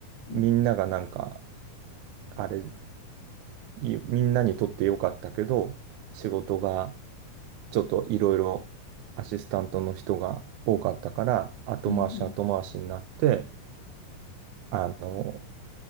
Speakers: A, on the left; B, on the right.
A: うん、
B: みんながなんか、あれ、いみんなにとってよかったけど、仕事がちょっといろいろアシスタントの人が多かったから、後回し後回しになって、
A: うん、
B: あの、